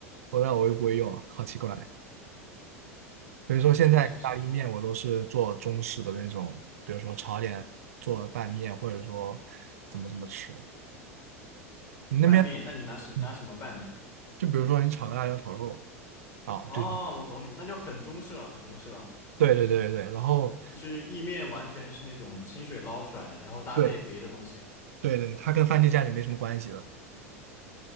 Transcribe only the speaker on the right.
我那我又不会用，好奇怪。比如说现在意大利面我都是做中式的那种，
比如说炒点做拌面，或者说怎么怎么吃。你那边，
嗯，就比如说你炒个辣椒炒肉啊，
就是
对对对对，然后
对对对，它跟番茄酱就没什么关系了。